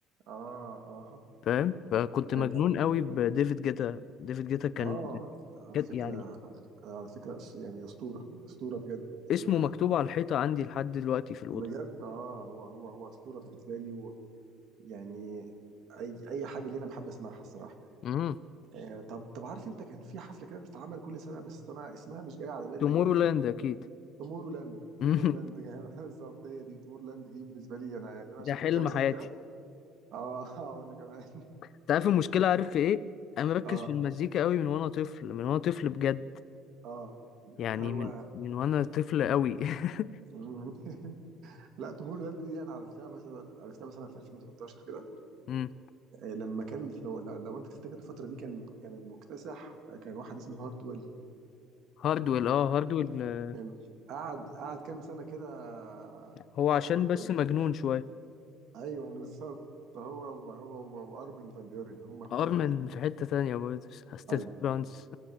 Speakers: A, on the right (about 55°); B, on the left (about 50°).
A: اه اه
B: فاهم فكنت
A: حاجه
B: مجنون
A: جامده
B: قوي بديفيد جيتا ديفيد جيتا كان
A: اه على
B: كان
A: فكره
B: يعني
A: على فكره أس- يعني اسطوره اسطوره بجد
B: اسمه
A: آه،
B: مكتوب على الحيطة عندي لحد دلوقتي في الأوضة
A: بجد اه هو هو هو اسطوره بالنسبه لي ويعني اي اي حاجه اللي انا بحب اسمعها الصراحه
B: امم
A: آه طب طب عارف انت كان في حفله كده بتتعمل كل سنه بس انا اسمها مش جاي على بالي
B: تومورو
A: دلوقتي
B: لاند أكيد
A: تومورو لاند
B: <laughs>
A: تومورو لاند يعني <laughs> بالظبط هي دي تومورو لاند دي بالنسبه لي انا يعني انا
B: ده
A: شفت
B: حلم
A: كام سنه
B: حياتي
A: كده اه <laughs> اه وانا كمان
B: انت عارف المشكلة عارف في ايه
A: <laughs>
B: انا مركز
A: اه
B: في المزيكا قوي من وانا طفل من وانا طفل بجد
A: اه
B: يعني
A: هو
B: من من وانا طفل قوي <laughs>
A: <laughs> لا تومور لاند دي انا عرفتها مثلا عرفتها مثلا في 2013 كده
B: مم.
A: آه، لما كان لو لو, لو انت تفتكر الفتره دي كان كان المكتسح آه، كان واحد اسمه هاردويل
B: هاردويل اه هاردويل آه،
A: كان قعد قعد كام سنه كده آه،
B: هو
A: هو
B: عشان
A: هو التوب
B: بس مجنون شوية
A: ايوه بالظبط هو وهو وارمن فان بيورن هم هم
B: ارمن
A: الاثنين
B: في حتة تانية برضه ستيت
A: ايوه
B: فرانس